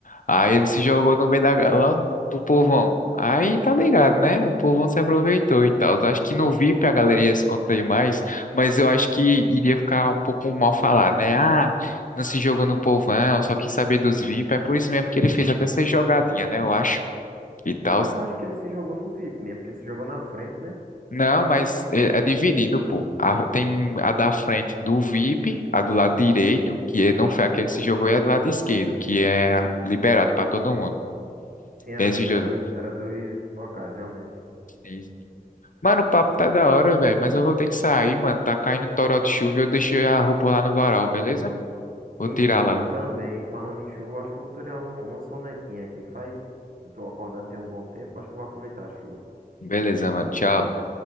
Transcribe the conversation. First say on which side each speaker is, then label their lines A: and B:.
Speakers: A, on the left; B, on the right.
A: Aí ele se jogou no meio da, ga- lá no- do povão. Aí tá ligado, né? O povão se aproveitou e tal. Eu Acho que no VIP a galera ia se contar mais, mas eu acho que iria ficar um pouco mal falado, né? Ah, não se jogou no povão, só quis saber dos VIP. É por isso mesmo que ele fez até ser jogadinha, né? Eu acho. E tal.
B: Mas eu acho que ele se jogou no VIP mesmo, porque ele se jogou na frente, né?
A: Não, mas é, é dividido, pô. A- tem a da frente do VIP, a do lado direito, que é- não foi aquele que se jogou, e a do lado esquerdo, que é a liberado pra todo mundo.
B: Sim, era
A: Tem esses
B: mesmo,
A: dois.
B: era
A: né?
B: dois, era dois locais, realmente.
A: Sim, sim. Mano, o papo tá da hora, velho, mas eu vou ter que sair, mano. Tá caindo um toró de chuva e eu deixei a roupa lá no varal, beleza? Vou
B: Eita,
A: tirar
B: mano,
A: lá.
B: eu também, falando em chuva, eu acho que eu vou tirar um, uma sonequinha aqui, que faz. Eu tô acordado tem um bom tempo, acho que eu vou aproveitar a chuva.
A: Beleza, mano. Tchau.